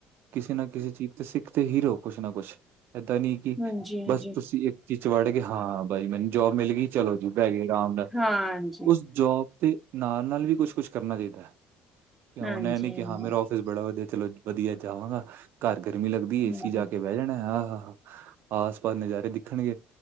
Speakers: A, on the right; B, in the centre.
A: ਕਿਸੇ ਨਾ ਕਿਸੇ ਚੀਜ਼ ਤੋਂ ਸਿੱਖਦੇ ਹੀ ਰਹੋ ਕੁੱਛ ਨਾ ਕੁੱਛ। ਇੱਦਾਂ ਨੀ
B: ਹਾਂਜੀ ਹਾਂਜੀ
A: ਬਸ ਤੁਸੀਂ ਇੱਕ ਚੀਜ਼ 'ਚ ਵੜਗੇ, ਹਾਂ ਬਾਈ ਮੈਨੂੰ ਜੋਬ ਮਿਲਗੀ ਚਲੋ ਜੀ ਬਹਿਗੇ ਆਰਾਮ ਨਾਲ।
B: ਹਾਂਜੀ
A: ਉਸ ਜੋਬ ਦੇ ਨਾਲ-ਨਾਲ ਵੀ ਕੁਛ-ਕੁਛ ਕਰਨਾ ਚਾਹੀਦਾ। ਕਿਉਂ
B: ਹਾਂਜੀ
A: ਉਹਨੇ ਐ ਨੀ
B: ਹਾਂਜੀ
A: ਕਿਹਾ ਮੇਰਾ ਓਫ ਫਿਸ ਬੜਾ ਵਧੀਆ। ਚਲੋ ਵਧੀਆ ਜਾਵਾਂਗਾ, ਘਰ ਗਰਮੀ ਲੱਗਦੀ ਏ
B: ਹਮ
A: ਸੀ ਜਾ ਕੇ ਬਹਿ ਜਾਣਾ। ਆ ਹਾ-ਹਾ। ਆਸ-ਪਾਸ ਨਜ਼ਾਰੇ ਦਿਖਣਗੇ।